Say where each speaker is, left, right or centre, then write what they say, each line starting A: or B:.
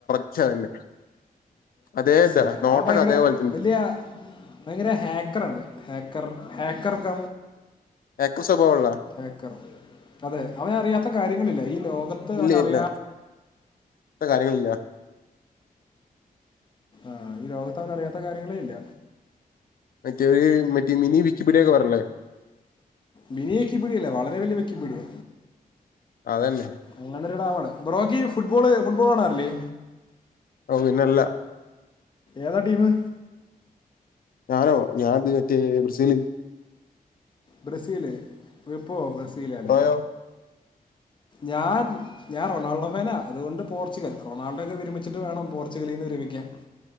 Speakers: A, on the left (about 70°); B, on the left (about 30°).
A: അ തന്നെ അതെതാ
B: ഡാ-
A: നോട്ടൊക്കെ
B: അവൻ ഭയങ്കര
A: അതേലെ.
B: വലിയ ഭയങ്കര ഹാക്കറാണ് ഹാക്കർ ഹാക്കറക്ക.
A: എക്കു സവ ഉള്ളോ
B: ഏക്കർ അതെ അവന അറിയാത്ത കാര്യങ്ങളില്ല ഈ ലോകത്ത്
A: ഇല്ല
B: അവൻ അറിയാ
A: ഇല്ല ഇത്ര കാര്യങ്ങളില്ല.
B: ആഹ ഈ ലോകത്ത് അവന അറിയാത്ത കാര്യങ്ങളേ ഇല്ല.
A: മറ്റേരു മറ്റേ മിനി വിക്കിപീഡിയൊക്കെ പറഞ്ഞല്ലേ.
B: മിനിയ വെക്കി പിടിയല്ലേ വളരെ വലിയ വെക്കിപ്പടിയ.
A: തന്നെ.
B: അങ്ങനൊടടാവണ് ബ്രോക്ക് ഫുട്ബോള് ഫുട്ബോൾ കാണാറില്ലേ
A: അത് പിന്നല്ലാ.
B: ഏതാ ടീമ്.
A: ഞാനോ ഞാൻത് മറ്റേ ബ്രസീലിൽ.
B: ബ്രസീല് വിപ്പോ ബ്രസീല അല്ലെ
A: ബ്രോയോ
B: ഞാൻ ഞാൻ റൊൾഡോ ഫേന അതുകൊണ്ട് പോർുഗൽ റൊഡ ഒക്കെ വിരമിച്ചിട്ട വേണം. പോച്ചുഗലിൽ നിന്ന് വിരമിക്കൻ.